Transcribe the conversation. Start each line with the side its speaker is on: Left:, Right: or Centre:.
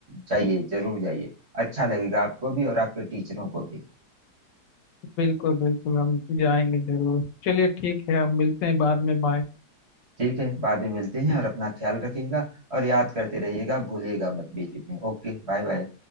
Right: जाइए जरूर जाइए अच्छा लगेगा आपको भी और आपके टीचरों को भी
Left: बिल्कुल बिल्कुल हम जाएंगे जरूर चलिए ठीक है हम मिलते हैं बाद में बाय
Right: ठीक है बाद में मिलते हैं और अपना ख्याल रखिएगा और याद करते रहिएगा भूलिएगा मत बीच बीच में Okay bye bye